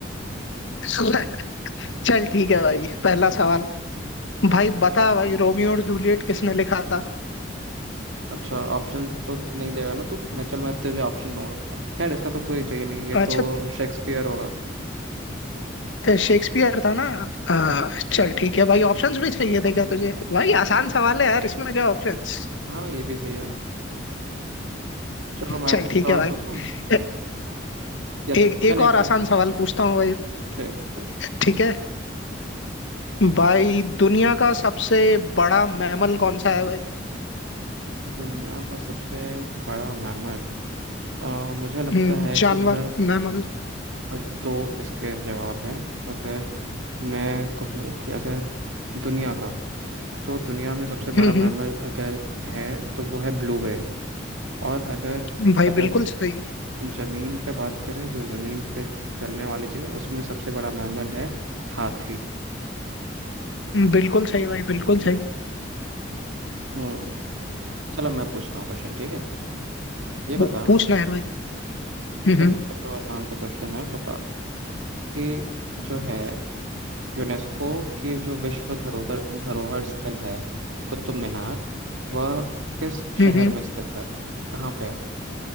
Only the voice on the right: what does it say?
अच्छा ऑप्शन तो नहीं देगा ना तू मैं चल मैं तुझे ऑप्शन दूंगा खैर इसका तो कोई चाहिए नहीं ये
तो शेक्सपियर होगा
हाँ
हाँ ये भी सही है चलो मैं
कुछ
सवाल
पूछूं
या
तू चल
एक
क्वेश्चन
ठीक है पूछ
दुनिया का सबसे बड़ा मैमल अ, मुझे लगता
है
कि अगर
अ, दो इसके जवाब है अगर मैं कहूँ कि अगर दुनिया का तो दुनिया में सबसे बड़ा
मैमल अगर है तो वो है ब्लू व्हेल और अगर
अगर
जमीन पे बात करें जो जमीन पे चलने वाली चीज है उसमें सबसे बड़ा मैमल है हाथी
हम्म चलो मैं पूछता हूँ क्वेश्चन ठीक है ये बता
चल ये तो आसान सा क्वेश्चन है बता कि जो है यूनेस्को की जो विश्व धरोहर धरोहर स्थल है कुतुब मीनार वह किस
शहर
में स्थित है कहाँ पे है